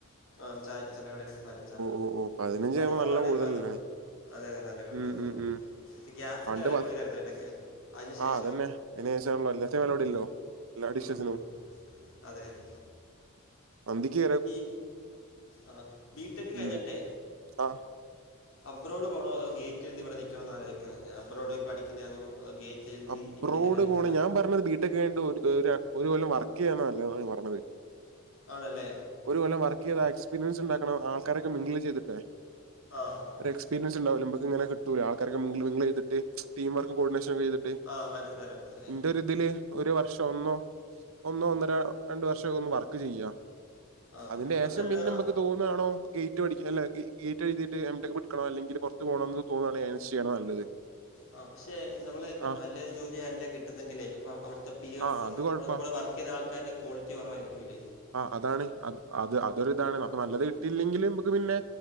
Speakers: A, on the left; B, on the right.
A: ആഹ് ചായക്ക് ചില കടൽ പതിനഞ്ചട
B: ഓ ഓ പതിനഞ്ചാകുമ്പോ
A: അടുത്തള
B: നല്ല
A: കട
B: കൂടുതലല്ലേ
A: പ അതെ അതെ നല്ല കൂടു
B: ഉം
A: അപ്പ
B: ഉം ഉം
A: ഗ്യാസിന്റെ
B: പണ്ട്
A: വില കൂടലായിന്ന ഇടക്ക് അതിനു ശേഷം
B: ആ അതന്നെ അനേശാണ്ല്ലോ എല്ലാത്തിനും വല കൂടിയല്ലോ എല്ലാ ഡിഷസിനും
A: ഉം അതെ അതെ
B: അന്തക്ക
A: ഈ ആഹ് ബീട്ടക്ക് കഴിഞ്ഞട്ടെ
B: ഉം ആ
A: അബ്രോഡ് പോകണോ അതോ ഗേറ്റ് എഴതിവിടെ നിൽണമെന്ന് ആലോയ്ക്കുവഞാൻ അബ്രോഡ പോയി പഠിക്കതണോ അത ഗേറ്റ് എഴുതി
B: അബ്രോഡ്
A: ഇന്ത്യ തന്നെ നിൽക്കണേ
B: പോണ ഞാൻ പറഞ്ഞത് ബീടെക്ക് കിട്ട് ഒരു കൊല്ലം വർക്ക് ചെയ്യാന്നല്ല ൻ പറഞ്ഞത്
A: ആണല്ലേ
B: ഒരുകൊല്ലം വർക്ക് ചെയ്ത എക്സ്പീരിയൻസ് ഉണ്ടാക്കണം ആൾക്കാരൊക്കെ മിംഗിൾ ചെയ്തിട്ടേ
A: ആഹ്
B: ഒരു എക്സ്പീരിയൻസ് ഉണ്ടാവൂല്ല ഇമ്മക്ക് ഇങ്ങനെ കിട്ടൂല്ല ആൾക്കാരൊക്കെ മിംഗിൾ ചെയ്തിട്ട് ടീം വർക്ക് കോർഡിനേഷനൊക്കെ
A: ആഹ് മനസ്സിലായി മനസ്സിലായി
B: ഒര് ഇതില് ഒരു വർഷം ഒന്നോ ഒന്നോ ഒന്നര രണ്ട് വർഷം ഒക്കെ ഒന്ന് വർക്ക് ചെയ്യാ
A: ആ
B: അതിന്റെ ഏഷം
A: എന്നിട്ട്
B: പിന്നമ്മക്ക്
A: ആ
B: തോന്ന് ന്നാണോ ഗേറ്റ് പടിക്ക് അല്ലേ ഗെ ഗേറ്റ് എഴുതീട്ട് എം ടെക് പഠിക്കണോ അല്ലെങ്കില് പൊർത്ത് പോണംന്ന് തോന്നാണേ അയ്നൻസ്ച് ചെയ്യുന്നതാ നല്ലത്
A: ആഹ് പക്ഷെ നമ്മള് ഇപ്പം
B: ആ
A: നല്ലൊരു ജോലിയല്ല കിട്ടുന്നേങ്കിലേ അപ്പ അവിടുത്തെ പി എഫ്സും
B: ആഹ് അത് കൊഴപ്പാ.
A: അവിടെ കൂട വർ ക്ക്യ്ത ആൾക്കാർടെ കോളിറ്റി കുറവായിരിക്കൂല്ലേ
B: ആഹ് അതാണ് അത് അ തൊരുതാണ് മ്മക്ക് നല്ലത് കിട്ടിയില്ലെങ്കില് മ്മക്ക് പിന്നെ